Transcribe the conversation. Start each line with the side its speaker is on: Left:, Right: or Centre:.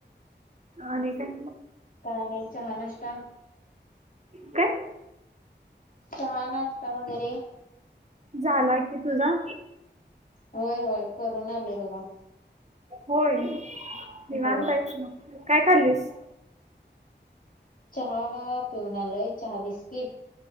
Right: आणि काय?
Left: काय नाही चहा नष्टा
Right: काय?
Left: चहा नाष्टा वगैरे?
Right: झाला की तुझा
Left: होय होय करून आलय बघा.
Right: होय निवांत
Left: होय
Right: आहेस मग, काय खाल्लीस?
Left: चहा पिऊन आलोय चहा बिस्कीट